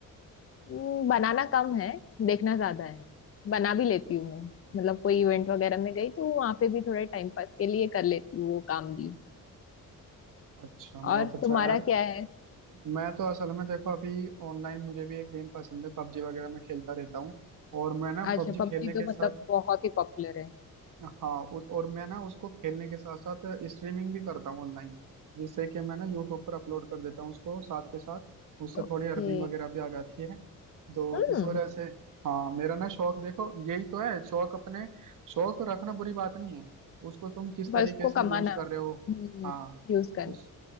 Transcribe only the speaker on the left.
हम्म, बनाना कम है देखना ज्यादा है बना भी लेती हूँ मैं मतलब कोई इवेंट वगैरह में गई तो वहां पे भी थोड़े टाइम पास के लिए कर लेती हूँ वो काम भी
और
तुम्हारा
क्या है
अच्छा
पबजी
तो
मतलब बहुत ही पॉपुलर है
ओके
हम्म
बस
को
कमाना
हम्म
यूज करना